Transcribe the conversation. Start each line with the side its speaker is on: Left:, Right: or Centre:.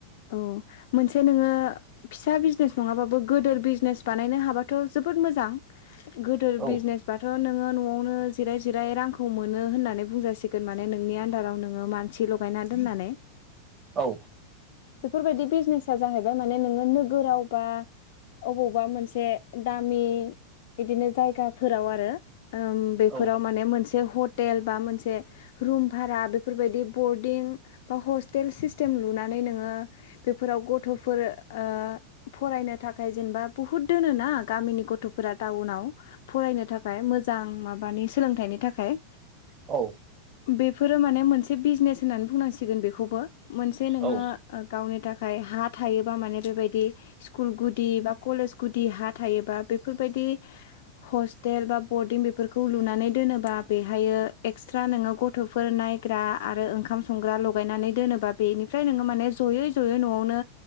Left: औ मोनसे नोङो फिसा बिजनेस नङाबाबो गोदोर बिजनेस बानायनो हाबाथ' जोबोद मोजां मोजां गोदोर
Right: औ
Left: बिजनेस बाथ' नोङो न'आवनो जिराय जिराय रांखौ मोनो होननानै बुंजासिगोन माने नोंनि आन्दाराव नोङो मानसि ल' गायना दोननानै
Right: औ
Left: बेफोरबायदि बिजनेसा जाहैबाय माने नोङो नोगोरावबा अबावबा मोनसे दामि बिदिनो जायगाफोराव आरो ओम बेफोराव
Right: औ
Left: मान मोनसे हत टेल बा मोनसे रुम भारा बेफोरबायदि बरडिं बा हस्टेल सिस्टेम लुनानै नोङो बेफोराव गथ'फोर ओ फरायनो थाखाय खाय जेनबा बुहुत दोन ना गामिनि गथ' फोरा टाउनाव फरायनो थाखाय मोजां माबानि सोलोंथाइनि थाखाय
Right: औ
Left: बेफोरो माने मोनसे बिजनेस होननानै बुंनांसिगोन बेखौबो मोनसे नोङो
Right: औ
Left: गावनि थाखाय हा थायोबा माने बेबायदि स्कुल गुदि बा कलेज गुदि हा थायोबा बेफोरबायदि हस्टेल बा बरडिं बेफोरखौ लुनानै दोनोबा बेहायो एक्सट्रा नोङो गथ' गथ'फोर नायग्रा आरो ओंखाम संग्रा लगायनानै दोनोबा बेनिफ्राय नोङो माने ज'यै ज'यै न'आवनो